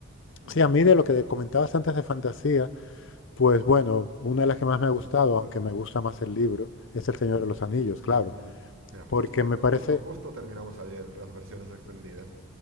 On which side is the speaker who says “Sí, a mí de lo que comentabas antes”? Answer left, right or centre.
Left